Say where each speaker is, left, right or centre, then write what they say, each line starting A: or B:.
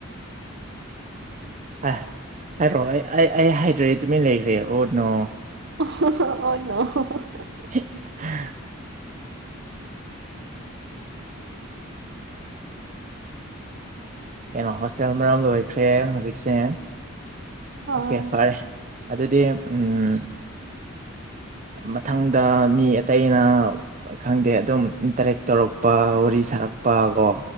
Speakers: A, on the right; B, on the right.
A: ꯑ ꯍꯥꯏꯔꯣ ꯑꯩ ꯑꯩ ꯍꯥꯏꯗ꯭ꯔꯦ ꯑꯩ ꯇꯨꯃꯤꯟ ꯂꯩꯒ꯭ꯔꯦ ꯑꯣ ꯅꯣ
B: <unintelligible> ꯑꯣ ꯅꯣ <unintelligible>
A: <unintelligible> ꯀꯩꯅꯣ ꯍꯣꯁꯇꯦꯜ ꯃꯔꯝ ꯂꯣꯏꯈ꯭ꯔꯦ ꯍꯧꯖꯤꯛꯁꯦ
B: ꯍꯣꯏ
A: ꯑꯣꯀꯦ ꯐꯔꯦ ꯑꯗꯨꯗꯤ ꯎꯝ ꯃꯊꯪꯗ ꯃꯤ ꯑꯇꯩꯅ ꯈꯪꯗꯦ ꯑꯗꯨꯝ ꯏꯟꯇꯔꯦꯛ ꯇꯧꯔꯛꯄ ꯋꯥꯔꯤ ꯁꯥꯔꯛꯄ ꯀꯣ